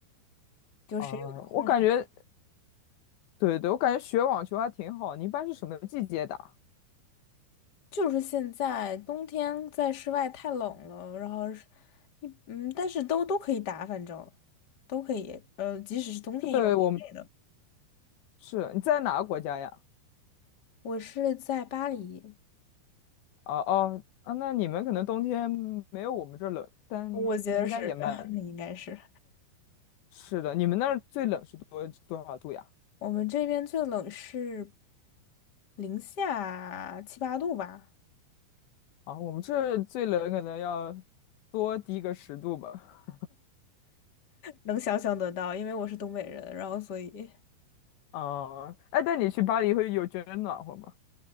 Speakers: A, on the left (about 30°); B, on the left (about 75°).
A: 就谁有空
B: 啊，我感觉，对对对，我感觉学网球还挺好。你一般是什么季节打？
A: 就是现在冬天在室外太冷了，然后是一嗯，但是都都可以打，反正都可以，呃，即使是冬天也有室内的。
B: 对，我们是你在哪个国家呀？
A: 我是在巴黎，
B: 哦哦啊，那你们可能冬天没有我们这儿冷，但应该也蛮冷
A: 我觉得是，<laughs> 那应该是
B: 是的。你们那儿最冷是多多少度呀？
A: 我们这边最冷是零下七八度吧，
B: 啊，我们这儿最冷可能要多低个十度吧。
A: 能想象得到，因为我是东北人，然后所以。
B: 啊，哎，但你去巴黎会有觉得暖和吗？